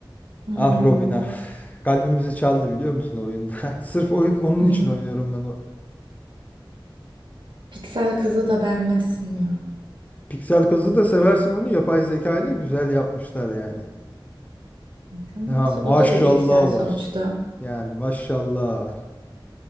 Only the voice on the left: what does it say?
Ah Robin ah. Kalbimizi çaldı biliyor musun o oyunda? <laughs> Sırf oyun onun
için oynuyorum ben o.
Piksel kazı da seversin onu yapay zeka ile güzel yapmışlar yani.
Ya maşallah
var. Yani maşallah var.